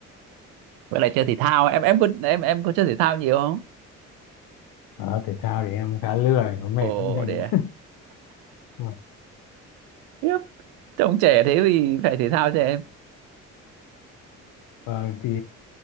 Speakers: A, on the right; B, on the left.
A: vậy là chơi thể thao em em có em em có chơi thể thao nhiều không
B: Ờ, thể thao thì em khá lười nó mệt
A: ồ
B: lắm anh
A: để
B: ạ Ừ.
A: tiếp trông trẻ thế thì phải thể thao cho em
B: Ờ, thì